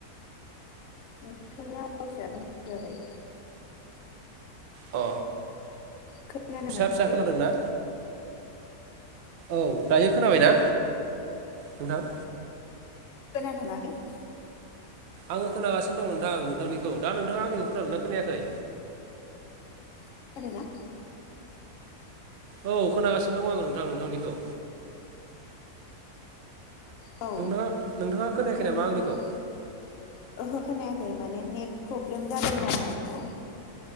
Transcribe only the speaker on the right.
अ
फिसा
फिसा खोनादों ना? औ दायो खोनाबायना नोंथां?
आङो खोनागासिनो दं नोंथां नोंथांनिखौ दा नोंथाङा आंनिखौ खोनादोंना खोनायाखै
औ खोनागासिनो दं आङो नोंथां नोंथांनिखौ
नोंथाङा नोंथाङा खोनायाखै
नामा आंनिखौ?